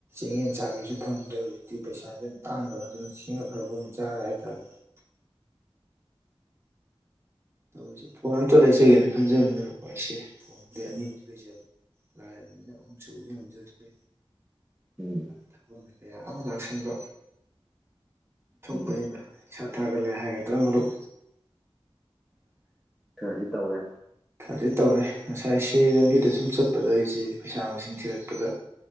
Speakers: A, on the right; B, in the centre.
A: ꯏ ꯆꯆꯥꯒꯤꯁꯨ ꯐꯪꯗ꯭ꯔꯦ ꯍꯧꯖꯤꯛꯇꯤ ꯄꯩꯁꯥꯥꯁꯦ ꯌꯥꯝ ꯇꯥꯡꯈ꯭ꯔ ꯑꯗꯨꯅ ꯁꯤꯡꯉ ꯐꯕ ꯑꯣꯏꯅ ꯆꯥꯔꯦ ꯍꯥꯏꯇꯥꯔꯦ <unintelligible> <inaudible> ꯇꯧꯁꯦ ꯐꯣꯟ ꯑꯝꯇ ꯂꯩꯖꯒꯦꯅ ꯈꯟꯖꯕꯅꯤꯔꯛꯄ ꯑꯩꯁꯦ ꯐꯣꯟꯗꯩ ꯑꯅꯤꯕꯨꯗꯤ ꯂꯩꯖꯕꯅꯦ ꯂꯥꯏꯔꯕꯅꯤꯅ ꯑꯍꯨꯝ ꯁꯨꯕꯗꯤ ꯉꯝꯖꯗ꯭ꯔꯦ
B: ꯎꯝ
A: ꯊꯕꯛꯅ ꯀꯌꯥ ꯑꯃ ꯂꯥꯛꯁꯤꯟꯕ ꯁꯣꯛꯄꯅꯤꯅ
B: ꯎꯝ
A: ꯏꯁꯥ ꯊꯥꯒꯠꯂꯦ ꯍꯥꯏꯒꯗ꯭ꯔꯥ ꯃꯔꯨꯞ
B: ꯈꯔꯗꯤ ꯇꯧꯔꯦ
A: ꯑꯗꯨ ꯇꯧꯔꯦ ꯉꯁꯥꯏ ꯁꯤ ꯂꯝꯕꯤꯗ ꯁꯨꯝ ꯆꯠꯄꯗ ꯑꯩꯁꯦ ꯄꯩꯁꯥ ꯃꯁꯤꯡ ꯊꯤꯔꯛꯄꯗ